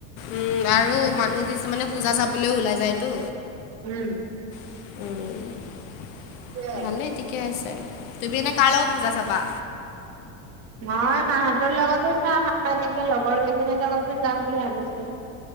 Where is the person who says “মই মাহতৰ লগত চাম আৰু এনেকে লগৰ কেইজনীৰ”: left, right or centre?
Right